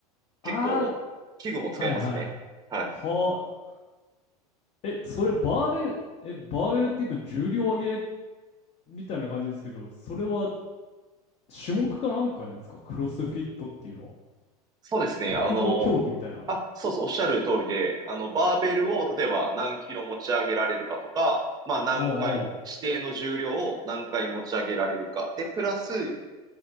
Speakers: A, on the right; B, on the left.
A: 結構、
B: あー、
A: 器具も使いますね。
B: はいはい。
A: はい。
B: はあ、え、それバーベル、え、バーベルって言うと重量上げみたいな感じですけど、それは種目かなんかなんですかクロスフィットっていうのは。
A: そうですね。
B: 複合競技みたいな。
A: あの、あ、そうそう、おっしゃる通りで、あの、バーベルを例えば何キロ持ち上げられるかとか、まあ何回、
B: おう
A: 指定の重量を何回持ち上げられるか。で、プラス、